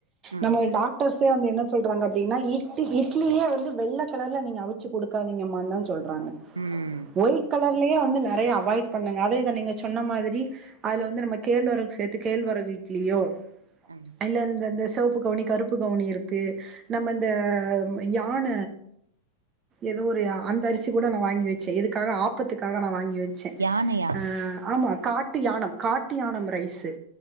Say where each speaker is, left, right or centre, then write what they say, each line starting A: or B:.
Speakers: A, on the right (about 75°); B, on the right (about 30°).
A: ம்
B: நம்ம டாக் டாக்டர்சே வந்து என்ன சொல்றாங்க அப்டின்னா இட் இட்லியே வந்து வெள்ள கலர்ல நீங்க அவிச்சு குடுக்காதீங்கமா தா சொல்றாங்க
A: ம்
B: ஒயிட் கலர்லயே வந்து நெறையா அவாய்ட் பண்ணுங்க அதே தா நீங்க சொன்ன மாதிரி அதுல வந்து நம்ம கேழ்வரகு சேத்து கேழ்வரகு இட்லியோ
A: ம்
B: இல்ல அந்தந்த செவப்பு கவுனி கருப்பு கருப்பு கவுனி இருக்கு நம்ம இந்த யான ஏதோ ஒரு அந்த அரிசி கூட நா வாங்கி வச்சே எதுக்காக ஆப்பத்துக்காக நா வாங்கி வச் சே
A: யானையா
B: அ ஆமா காட்டு யானம் காட்டு யானம் ரைஸ்சு